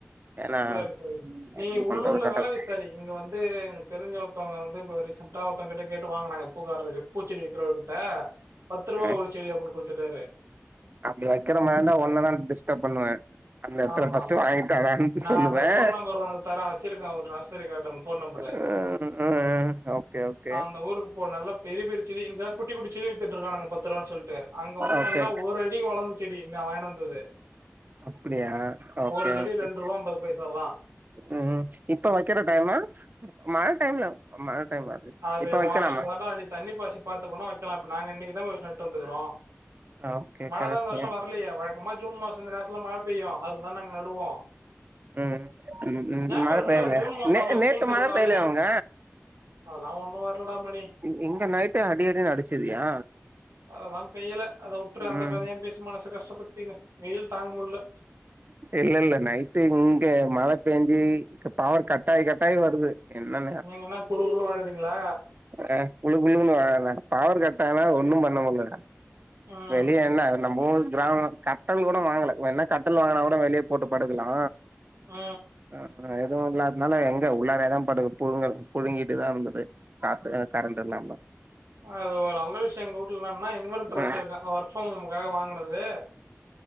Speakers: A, on the right; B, on the right.
A: ஏன்னா
B: செரி செரி நீ
A: இது
B: உள்ளூர்ல
A: பண்றது கரெக்டா
B: வெல விச சரி இங்க வந்து எனக் தெரிஞ்ச ஒருத்தவங்க வந்து ரீசண்டா ஒருத்தவங்க கிட்ட கேட்டு வாங்குனாங்க பூக்காரக்கு பூச்செடி யவர் கிட்ட பத்து ரூவா
A: அ
B: ஒரு செடி அப்டின்னு குடுத்துட்டாரு
A: அப்டி வைக்கிற மாரிந்தா ஒன்னதா டிஸ்டர்ப் பண்ணுவேன் அந்த எடத்துல
B: ஆமா
A: ஃபஸ்ட் வாங்கிதாடானு
B: நா
A: சொல்லுவேன்
B: அந்த ஃபோன் நம்பர் உனக்கு தரேன் வச்சிருக்கே ஒரு நர்சரி கார்டன் ஃபோன் நம்பரு
A: ம் ம் ஓகே ஓகே
B: அந்த ஊருக்கு போ நல்லா பெரிய பெரிய செடி இங்கதா குட்டி குட்டி செடி வித்துட்டு இருக்காங்க பத்து ரூவான்னு சொல்லிட்டு அங்க வந்து
A: ஓகே
B: நல்லா ஒரு அடிக்கு வளர்ந் செடி இங்க வாங்கினு வந்தது
A: அப்புடியா ஓகே
B: ஒரு செடி
A: ஓகே
B: ரெண்டு ரூபா ஐம்பது பைசா தா
A: ம் ம் இப்ப வைக்கற டைமு மழ டைம்ல மழ டைம்
B: அது
A: இப்ப வைக்கலாமா
B: ஒன் இஷ்டோ தான் டா நீ தண்ணி பாசி பாத்துக்குனும் வைக்கலாம் இப்ப நாங்க இன்னைக்கு தா போய் நட்டுட்டு வந்துக்கிறோம்
A: ஓகே
B: மழ
A: கரெக்ட்
B: தா இந்த வருஷம் வரலையே வழக்கமா ஜூன் மாசம் இந்த நேரத்துல மழ பெய்யும் அதுலதா நாங்க நடுவோம்
A: ம் ம் ம்
B: ஞாபகம்
A: மழ
B: இருக்குல்ல
A: பெய்லைய
B: ஜூன் மாசம்
A: நே
B: நம்ம
A: நேத்து
B: ஸ்கூல் திறந்தாலே
A: மழ பெய்யலய அங்க
B: அதெல்லாம் ஒண்ணு வர்ல டா மணி
A: இ இங்க நைட்டு அடி அடி அடிச்சதுயா
B: அததா பெய்யல அத வுட்ரு அந்த
A: ம்
B: கத ஏன் பேசி மனச கஷ்டப்படுத்தினு வெயில் தாங்க முடியல
A: இல்ல இல்ல நைட்டு இங்க மழ பெஞ்சி பவர் கட்டாய் கட்டாயி வருது என்ன
B: நீங்க என்ன குழு குழுனு வாழ்றீங்களா
A: ஆ குளு குளு பவர் கட்டானா ஒண்ணும் பண்ண முடில
B: ம்
A: வெளிய என்ன நம்மூர் கிராம கட்டல் கூட வாங்கல வேணா கட்டல் வாங்குனா கூட வெளிய போட்டு படுக்கலா
B: ஆ
A: ஆ எதுவும் இல்லாததுனால எங்க உள்ளாராதாயேன் படு புழுங்கறது புழுங்கிட்டுதான் இருந்தது காத்து கரண்ட் இல்லாம
B: அது ஒரு நல்ல விஷயம் எங்க வீட்ல என்னனா இன்வெ்டர்
A: ஆ
B: வச்சிருக்கன் ஒர்க் ஃபரம் ஹோம்காக வாங்குனது